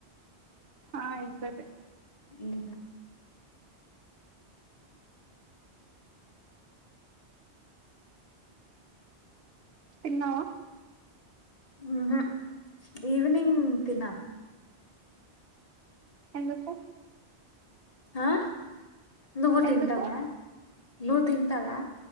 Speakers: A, on the right; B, on the left.
A: ఆ ఇంకా తిం
B: ఊహు
A: తిన్నావా
B: ఊహు ఈవ్నింగ్ తిన
A: ఎందుకు
B: ఆ నువ్వు తింటవా
A: ఎందుకు
B: ను తింటవా